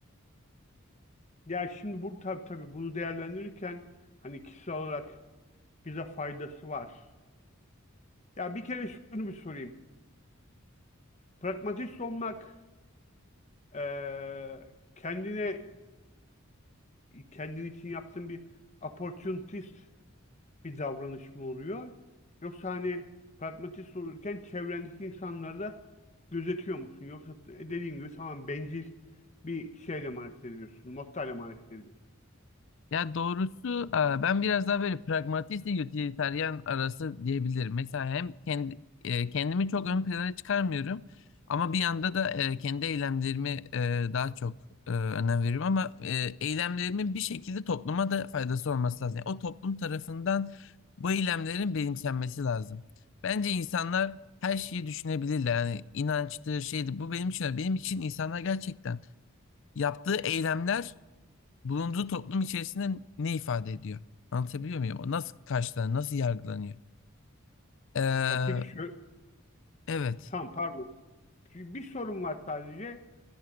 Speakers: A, on the left; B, on the left.
A: Ya şimdi bu tabii tabii bunu değerlendirirken hani kişisel olarak bize faydası var. Ya bir kere şunu bir sorayım. Pragmatist olmak eee, kendine kendin için yaptığın bir opportunist bir davranış mı oluyor? Yoksa hani pragmatist olurken çevrendeki insanları da gözetiyor musun? Yoksa dediğim gibi tamam bencil bir şeyle mi hareket ediyorsun? Mottoyla mı hareket ediyorsun?
B: Ya doğrusu e, ben biraz daha böyle pragmatist ile utilitarian arası diyebilirim. Mesela hem kendi e, kendimi çok ön plana çıkarmıyorum ama bir yanda da e, kendi eylemlerimi e, daha çok e, önem veriyorum ama e, eylemlerimin bir şekilde topluma da faydası olması lazım. Yani o toplum tarafından bu eylemlerin benimsenmesi lazım. Bence insanlar her şeyi düşünebilirler. Yani inançtır, şeydir. Bu benim için. Benim için insanlar gerçekten yaptığı eylemler bulunduğu toplum içerisinde ne ifade ediyor? Anlatabiliyor muyum? O Nasıl karşılanıyor, nasıl yargılanıyor? Ee,
A: Ya peki şu
B: evet.
A: tamam pardon. Bir bir sorun var sadece.